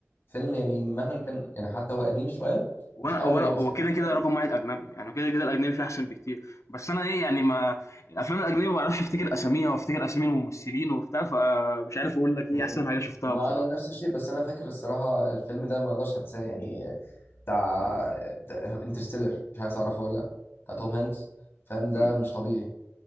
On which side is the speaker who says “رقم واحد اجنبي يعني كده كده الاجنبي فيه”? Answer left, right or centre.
Left